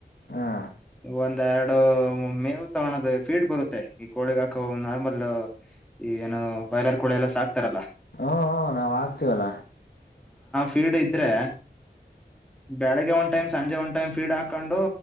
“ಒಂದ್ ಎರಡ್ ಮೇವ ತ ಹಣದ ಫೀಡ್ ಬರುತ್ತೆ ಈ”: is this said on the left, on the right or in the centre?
Centre